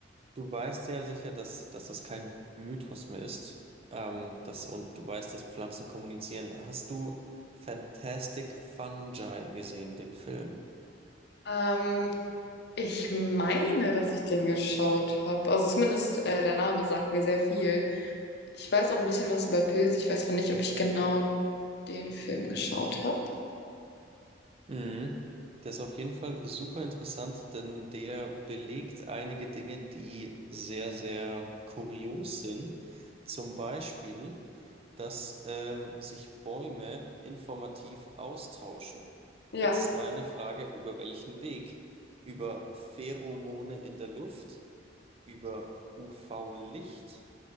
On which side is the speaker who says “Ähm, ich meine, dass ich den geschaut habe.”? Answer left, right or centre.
Left